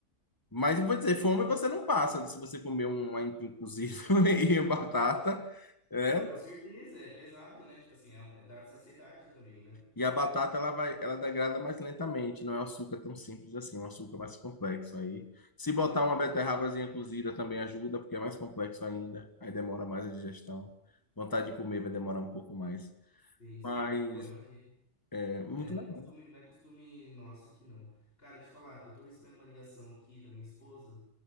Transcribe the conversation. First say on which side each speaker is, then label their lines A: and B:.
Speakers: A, on the left; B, on the left.
A: Mas eu vou dizer, fome você não passa se você comer um aipim cozido <laughs> e batata, né?
B: Não, com certeza, é pesado, né? Tipo assim, é, uma- é da saciedade também, né?
A: E a batata ela vai, ela degrada mais lentamente, não é um açúcar tão simples assim, é um açúcar mais complexo. Aí, se botar uma beterrabazinha cozida também ajuda, porque é mais complexo ainda, aí demora mais a digestão. Vontade de comer vai demorar um pouco mais.
B: Sim, sim.
A: Mas
B: Pô, imagina.
A: é muito
B: É, não
A: legal.
B: é costume, não é costume nosso aqui, não. Cara, te falar, eu tô recebendo uma ligação aqui da minha esposa,